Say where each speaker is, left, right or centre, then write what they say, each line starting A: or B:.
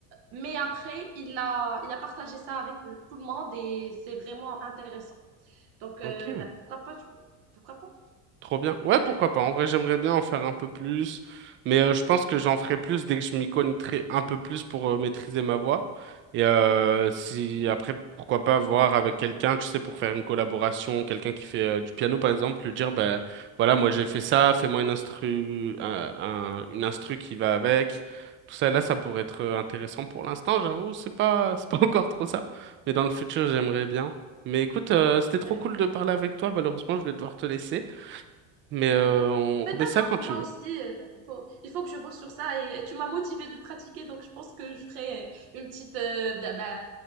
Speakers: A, on the right; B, on the right.
A: Mais après, il a, il a partagé ça avec le- tout le monde et c'est vraiment intéressant. Donc,
B: Ok.
A: euh, bah, pourquoi pas, tu... pourquoi pas?
B: Trop bien. Ouais,
A: Ouais,
B: pourquoi pas. En vrai, j'aimerais bien en faire un peu plus, mais euh, je pense que j'en ferai plus dès que je m'y connaîtrai un peu plus pour euh, maîtriser ma voix. Et euh, si après, pourquoi pas voir avec quelqu'un, tu sais, pour faire une collaboration, quelqu'un qui fait euh, du piano par exemple, lui dire, ben voilà, moi j'ai fait ça, fais-moi une instru, un- un- une instru qui va avec. Tout ça, là, ça pourrait être euh, intéressant pour l'instant, j'avoue, c'est pas, <laughs> c'est pas encore trop ça, mais dans le futur, j'aimerais bien. Mais écoute, euh, c'était
A: ouais.
B: trop cool de parler avec toi. Malheureusement, je vais devoir te laisser. Mais euh,
A: uhum.
B: on remet
A: Mais d'accord,
B: ça quand tu
A: moi
B: veux.
A: aussi, euh, bah, il faut, il faut que je bosse sur ça et tu m'as motivée de pratiquer, donc je pense que je ferai euh, une petite, euh, bah, bah,